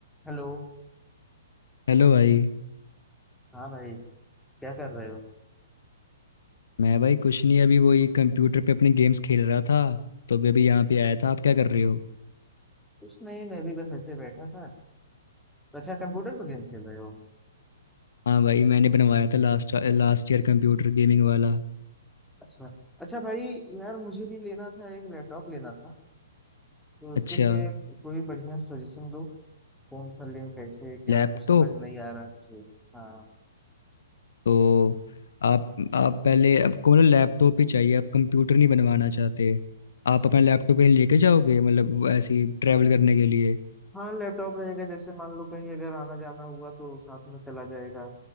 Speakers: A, in the centre; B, on the left.
A: Hello
B: Hello भाई
A: हाँ भाई क्या कर रहे हो
B: मैं भाई कुछ नहीं अभी वही कंप्यूटर पे अपने गेम्स खेल रहा था तो अभी अभी यहाँ पे आया था आप क्या कर रहे हो
A: कुछ नहीं मैं भी बस ऐसे बैठा था तो अच्छा कंप्यूटर पर गेम खेल रहे हो
B: हाँ भाई मैंने बनवाया था last last year computer gaming वाला
A: अच्छा अच्छा भाई यार मुझे भी लेना था एक लैपटॉप लेना था तो उसके
B: अच्छा
A: लिए कोई बढ़िया सजेशन दो कौन सा लें कैसे क्या
B: लैपटॉप
A: कुछ समझ में नहीं आ रहा है मुझे हाँ
B: तो आप आप पहले आपको मतलब लैपटॉप ही चाहिए आप कंप्यूटर नहीं बनवाना चाहते आप अपना लैपटॉप कहीं लेके जाओगे मतलब वो ऐसे ही ट्रैवल करने के लिए
A: हाँ लैपटॉप रहेगा जैसे मान लो कहीं अगर आना जाना हुआ तो साथ में चला जाएगा